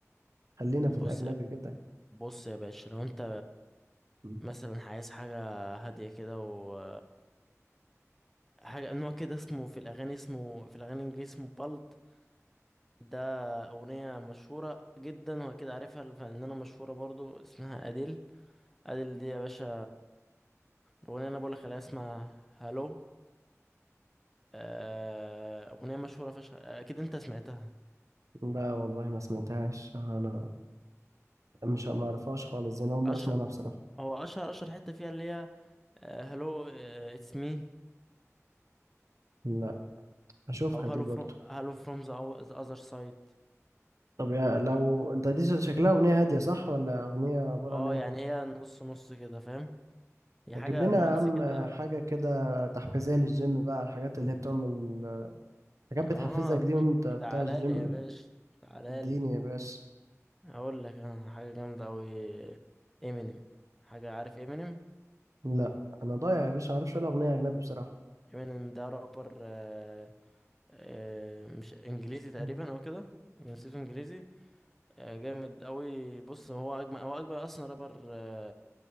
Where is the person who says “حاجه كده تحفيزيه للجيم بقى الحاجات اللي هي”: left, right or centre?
Right